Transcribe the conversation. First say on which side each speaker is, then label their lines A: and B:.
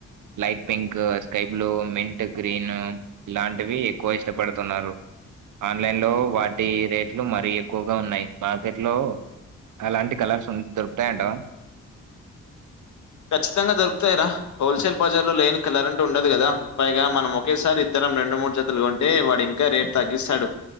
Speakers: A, on the right; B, on the left.
A: light pink sky blue mint green ఇలాంటివి ఎక్కువ ఇష్టపడుతున్నారు ఆన్లైన్ లో వాటి రేట్లు మరీ ఎక్కువగా ఉన్నాయి మార్కెట్ లో అలాంటి కలర్స్ దొరుకుతాయంటవా
B: ఖచ్చితంగా దొరుకుతాయిరా హోల్సేల్ బజార్ లో లేని కలర్ అంటు ఉండదు కదా పైగా మనం ఒకేసారి ఇద్దరం రెండు మూడు జతులు కొంటే వాడి ఇంకా రేట్ తగిస్తాడు